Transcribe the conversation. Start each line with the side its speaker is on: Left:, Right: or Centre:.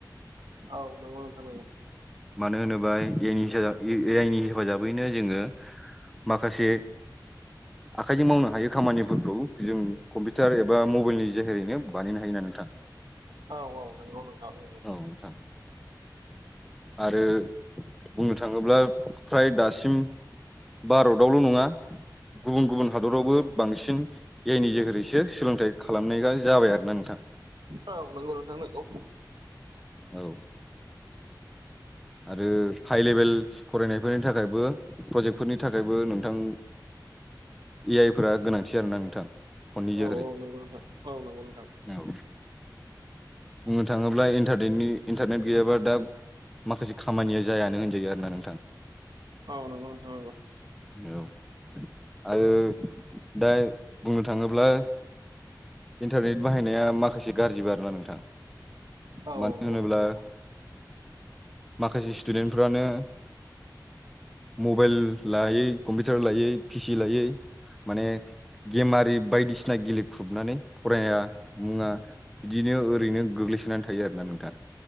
Right: औ नंगौ नोंथां नंगौ
Centre: मानो होनोबा एनि ए आइनि हेफाजाबैनो जोङो माखासे आखाइजों मावनो हायै खामानिफोरखौ जों कम्पिउटार एबा मबाइलनि जोेहैनो बानायनो हायो नोंथां
Right: औ-औ नंगौ नोंथां नंगौ
Centre: औ नोंथां आरो बुंनो थाङोब्ला फ्राय दासिम भारतावल' नङा गुबुन गुबुन हादरावबो बांसिन ए आइनि जहेरैसो सोलोंथाइ खालामनाय जाबाय आरोना नोंथां
Right: औ नंगौ नोंथां नंगौ
Centre: औ आरो हाइ लेभेल फरायनायफोरनि थाखायबो प्रजेक्टफोरनि थाखायबो नोंथां ए आइ फोर गोनांथि आरोना नोंथां। फननि जोहै
Right: औ-औ नंगौ नोंथां औ नंगौ नोंथां
Centre: औ बुंनो थाङोब्ला इन्टारनेटनि इन्टारनेट गैयाबा दा माखासे खामानिया जायानो होनस सै आरोना नोंथां
Right: नोंथां
Centre: औ आरो दा बुंनो थाङोब्ला इन्टारनेट बाहायनाया माखासे गाज्रिबो आरोना नोंथां
Right: औ
Centre: मानो
Right: नंगौ
Centre: होनोब्ला
Right: नोंथां नंगौ
Centre: माखासे स्टुडेन्ट फ्रानो मबाइल लायै कम्पिउटार लायै पिसि लायै माने गेमारि बायदिसिना गेले ख्रुबनानै फराया मुवा बिदिनो ओरैनो गोग्लैसोनानै थायो आरोना नोंथां